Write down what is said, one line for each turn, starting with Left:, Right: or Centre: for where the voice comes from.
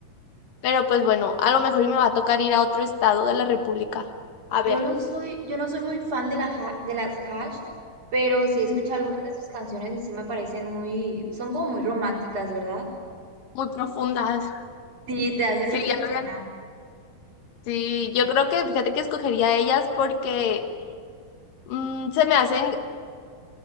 Left: Pero pues bueno, a lo mejor y me va a tocar ir a otro estado de la República a
Right: Yo
Left: verlas.
Right: no soy, yo no soy muy fan de la ha- de las Hash, pero sí he escuchado
Left: <clears throat>
Right: algunas de sus canciones y sí me parecen muy, son como muy románticas, ¿verdad?
Left: Muy profundas.
Right: Sí, te hacen
Left: Sí,
Right: reflexionar.
Left: hablan. Sí, yo creo que fíjate que escogería ellas porque mm, se me hacen,